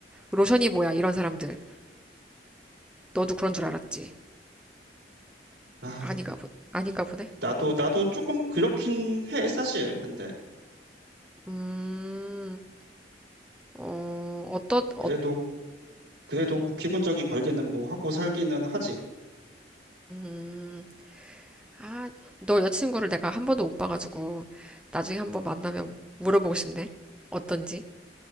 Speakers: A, in the centre; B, on the right.
A: 로션이 뭐야, 이런 사람들. 너도 그런 줄 알았지?
B: 아,
A: 아닌가 보, 아닌가 보네?
B: 나도, 나도 조금 그렇긴 해, 사실. 근데,
A: 음, 어, 어떠, 어,
B: 그래도, 그래도 뭐 기본적인 관리는 뭐 하고 살기는 하지.
A: 음, 아, 너 여자친구를 내가 한 번도 못 봐가지고 나중에 한 번 만나면 물어보고 싶네. 어떤지?